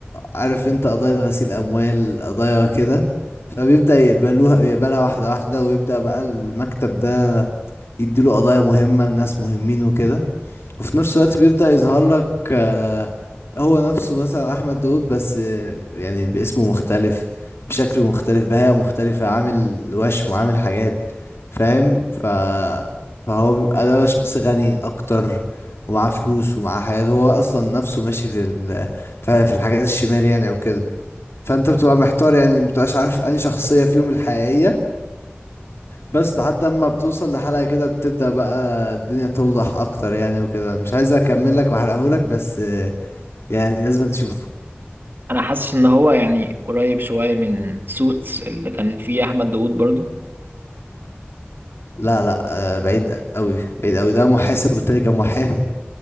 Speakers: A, on the left; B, on the right.
A: عارف انت قضايا غسيل أموال قضايا كده فبيبدأ يقبلوها يقبلها واحدة واحدة ويبدأ بقى المكتب ده يديله قضايا مهمة لناس مهمين وكده وفي نفس الوقت بيبدأ يظهر لك آه، هو نفسه مثلا أحمد داود بس آه، يعني باسمه مختلف بشكل مختلف بهيئة مختلفة عامل وشم وعامل حاجات فاهم ف... فهو بيبقى ده شخص غني أكتر ومعاه فلوس ومعاه حاجات هو أصلا نفسه ماشي في ال... في في الحاجات الشمال يعني وكده فأنت بتبقى محتار يعني مبتبقاش عارف أنهي شخصية فيهم الحقيقية بس لحد اما بتوصل لحلقة كده بتبدأ بقى الدنيا توضح اكتر يعني وكده مش عايز اكمل لك واحرقهولك بس آه، يعني لازم تشوفه
B: انا حاسس ان هو يعني قريب شوية من سوتس اللي كان فيه احمد داوود برضو
A: لا لا آه، بعيد قوي بعيد قوي ده محاسب والتاني كان محامي